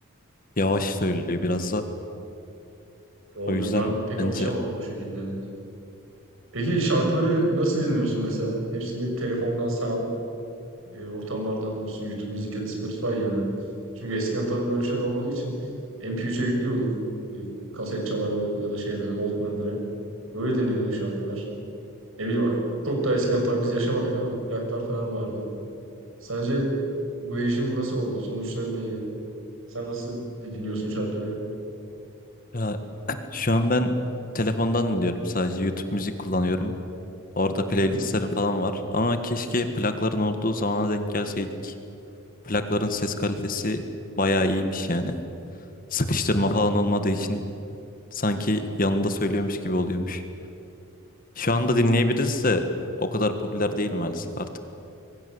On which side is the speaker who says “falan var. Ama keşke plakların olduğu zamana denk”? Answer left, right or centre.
Left